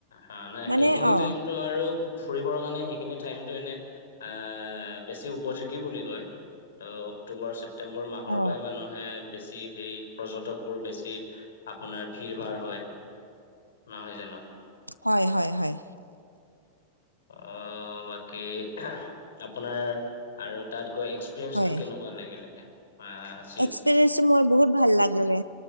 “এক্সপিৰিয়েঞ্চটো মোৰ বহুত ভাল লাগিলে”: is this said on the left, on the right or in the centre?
Right